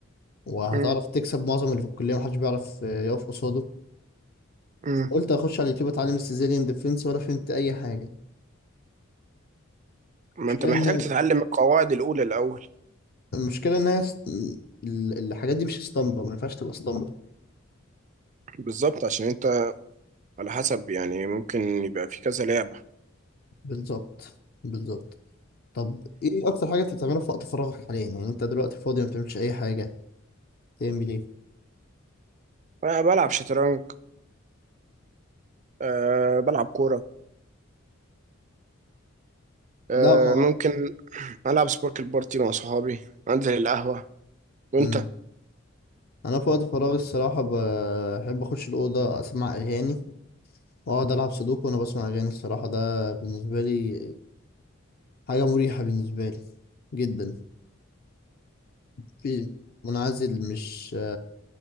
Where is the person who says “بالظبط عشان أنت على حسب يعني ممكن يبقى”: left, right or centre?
Right